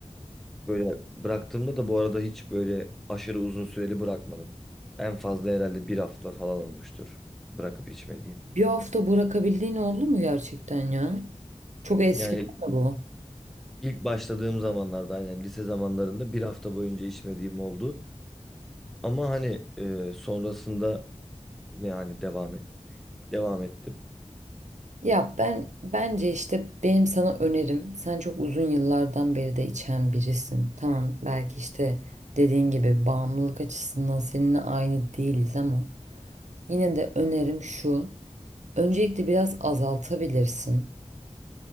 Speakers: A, in the centre; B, on the right (about 80°).
A: Böyle bıraktığımda da bu arada hiç böyle aşırı uzun süreli bırakmadım. En fazla herhalde bir hafta falan olmuştur bırakıp içmediğim.
B: bir hafta bırakabildiğin oldu mu gerçekten ya? Çok eski
A: Yani
B: değil mi bu?
A: ilk başladığım zamanlarda aynen lise zamanlarında bir hafta boyunca içmediğim oldu. Ama hani e, sonrasında yani devam et devam ettim.
B: Ya ben bence işte benim sana önerim sen çok uzun yıllardan beri de içen birisin. Tamam belki işte dediğin gibi bağımlılık açısından seninle aynı değiliz ama yine de önerim şu. Öncelikle biraz azaltabilirsin.